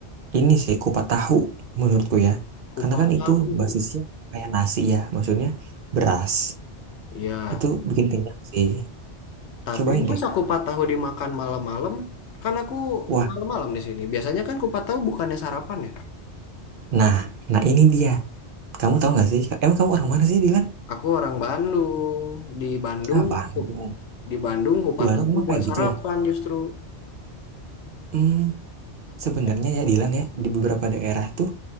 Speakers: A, on the right (about 55°); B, on the left (about 75°).
A: ini sih kupat tahu menurutku ya.
B: Kupat
A: Karena kan itu
B: tahu.
A: basisnya kayak nasi ya, maksudnya beras.
B: Iya.
A: Itu bikin kenyang sih.
B: Tapi
A: Cobain
B: masa
A: deh.
B: kupat tahu dimakan malam-malam? Kan aku
A: Wah,
B: malam-malam di sini. Biasanya kan kupat tahu bukannya sarapan ya?
A: nah, nah ini dia. Kamu tahu nggak sih? Emang kamu orang mana sih, Dilan?
B: Aku orang Bandung. Di Bandung,
A: Ah, Bandung.
B: ku, di Bandung kupataku
A: Di Bandung emang
B: buat
A: kayak
B: sarapan
A: gitu ya.
B: justru.
A: Hmm, sebenarnya
B: E-
A: ya, Dilan ya, di beberapa daerah tuh